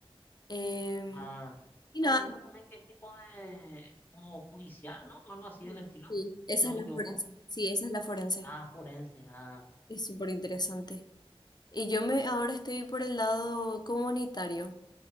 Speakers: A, on the left; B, on the left.
A: Em,
B: Ah,
A: Y
B: hay
A: nada,
B: uno también que es tipo de, como judicial, ¿no? O algo así
A: sí,
B: del estilo,
A: sí, esa
B: si no
A: es
B: me
A: la
B: equivoco.
A: forense. Sí, esa es la forense.
B: Ah, forense. Ah,
A: Es súper interesante. Y yo me ahora estoy por el lado comunitario